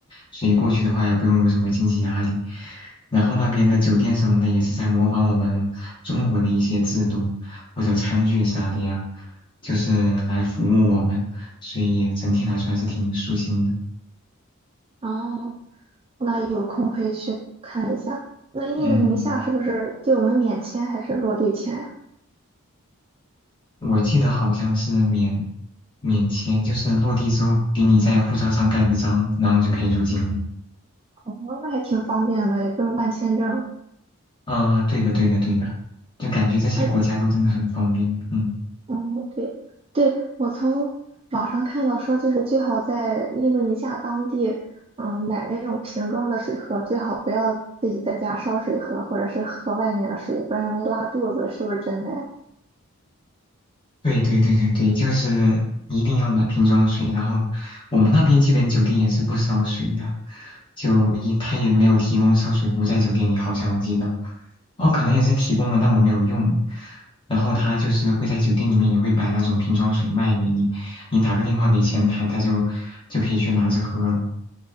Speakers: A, on the left; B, on the right.
A: 所以过去的话也不用有什么经济压力。然后那边的酒店什么的也是在模仿我们中国的一些制度或者餐具啥的呀，就是来服务我们，所以整体来说还是挺舒心的。
B: 哦，那有空可以去看一下。那印度尼西亚是不是对我们免签还是落地签呀？
A: 嗯。我记得好像是免免签，就是落地之后给你在护照上盖个章，然后就可以入境了。
B: 哦，那还挺方便的，也不用办签证。
A: 啊、对的，对的，对的，就感觉这些国家都真的很方便。
B: 哎，
A: 嗯。
B: 嗯，对，对，我从网上看到说，就是最好在印度尼西亚当地，嗯，买那种瓶装的水喝，最好不要自己在家烧水喝，或者是喝外面的水，不然容易拉肚子，是不是真的呀？
A: 对对对对对，就是一定要买瓶装水，然后我们那边基本酒店也是不烧水的，就一他也没有提供烧水壶在酒店里，好像我记得，哦，可能也是提供了，但我没有用。然后他就是会在酒店里面也会摆那种瓶装水卖给你，你打个电话给前台，他就就可以去拿着喝了。